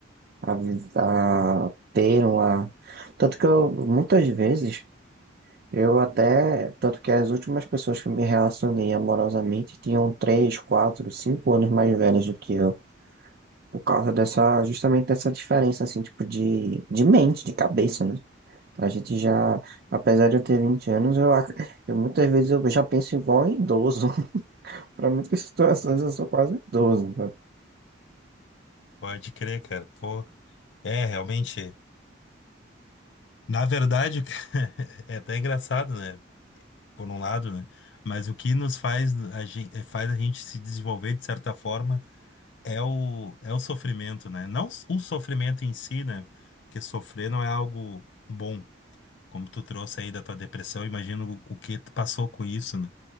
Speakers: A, on the right; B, on the left.
A: a, a ter uma. Tanto que eu, muitas vezes, eu até. Tanto que as últimas pessoas que eu me relacionei amorosamente tinham três, quatro, cinco anos mais velhos do que eu. Por causa dessa, justamente dessa diferença, assim, tipo, de, de mente, de cabeça, né? A gente já, apesar de eu ter 20 anos, eu, ac- eu muitas vezes eu já penso igual em idoso. <laughs> Para muitas situações eu sou quase um idoso. né?
B: Pode crer, cara. Pô, é, realmente. Na verdade, <laughs> é até engraçado, né? Por um lado, né? Mas o que nos faz a gente, faz a gente se desenvolver de certa forma é o, é o sofrimento, né? Não s- o sofrimento em si, né? Porque sofrer não é algo bom, como tu trouxe aí da tua depressão, imagino o, o que tu passou com isso, né?